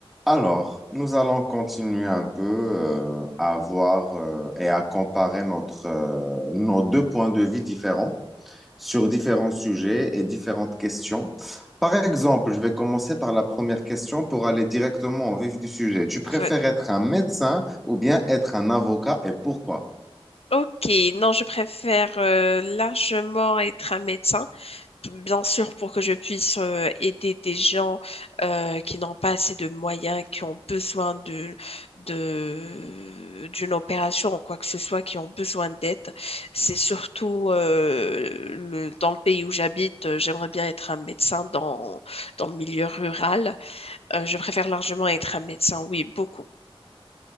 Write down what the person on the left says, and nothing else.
Va-
Ok, non, je préfère euh, largement être un médecin, bien sûr pour que je puisse euh, aider des gens euh, qui n'ont pas assez de moyens, qui ont besoin de, de, d'une opération ou quoi que ce soit, qui ont besoin d'aide. C'est surtout euh, le, dans le pays où j'habite, euh, j'aimerais bien être un médecin dans, dans le milieu rural. Euh, je préfère largement être un médecin, oui, beaucoup.